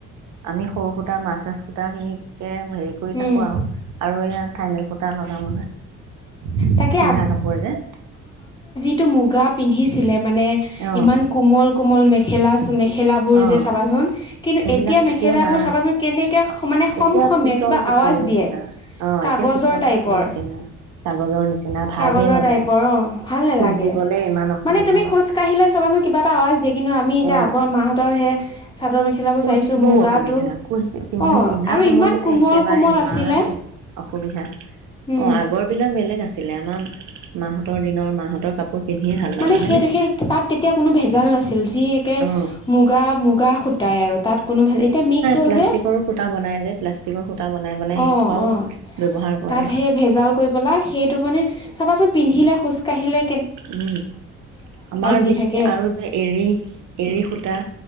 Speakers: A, on the right (about 75°); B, on the left (about 15°).
A: আমি সৰু সুতা মাছ আছো সূতাখিনিকে হেৰি কৰি থাকোঁ
B: উম
A: আৰু আৰু এয়া থাইনেল সূতা লগাওঁ নহয়
B: তাকে
A: পিন্ধা কাপোৰ যে
B: এইটো মুগা পিন্ধিছিলে মানে
A: অঁ
B: ইমান কোমল কোমল মেখেলা মেখেলাবোৰ
A: অঁ
B: যে চাবাচোন কিন্তু
A: সেইবিলাক
B: এতিয়া মেখেলাবোৰ
A: নাই
B: চাবাচোন কেনেকৈ মানে খম
A: এতিয়া
B: খমীয়া
A: পিচল
B: কিবা
A: পিচল
B: আৱাজ
A: নিচিনা
B: দিয়ে
A: অ
B: কাগজৰ
A: এতিয়া পিচল
B: টাইপৰ
A: পিচল নিচিনা কাগজৰ নিচিনা ভাজেই
B: কাগজৰ
A: নলয়
B: টাইপৰ অ ভাল নালাগে
A: কোচ দিবলৈ ইমান অসুবিধা
B: মানে তুমি খোজ কাঢ়িলে চাবাচোন কিবা এটা আৱাজ দি কিন্তু আমি এতিয়া
A: অঁ
B: আগৰ মাহতৰ হে চাদৰ মেখেলাবোৰ
A: কোচ
B: চাইছো
A: দিবও
B: মুগাটো
A: অসুবিধা কোচ পিন্ধো
B: অ
A: পিন্ধা সময়তে
B: ইমান কোমল
A: একেবাৰে
B: কোমল
A: ইমান
B: আছিলে
A: দিগ অসুবিধা
B: উম
A: অ আগৰ বিলাক বেলেগ আছিলে আমাৰ মাহঁতৰ দিনৰ মাহঁতৰ কাপোৰ পিন্ধিয়ে ভাল লাগে
B: মানে
A: হয়নে
B: সেইটো সেই তাত তেতিয়া কোনো ভেজাল নাছিল যি একে
A: অ
B: মুগা মুগা খুটাই আৰু তাত কোনো এতিয়া মিক্স হল
A: প্লাষ্টিকৰো
B: যে
A: সূতা বনাই যে প্লাষ্টিকৰ সূতা বনাই বনাই সেইসোপাও
B: অ অ
A: ব্যৱহাৰ কৰে
B: তাত সেই ভেজাল কৰি পেলাই সেইটো মানে চাবাচোন পিন্ধিলে খোজকাঢ়িলে
A: উম আমাৰ
B: দি
A: যিখিনি
B: থাকে
A: আৰু যে এৰী এৰী সুতা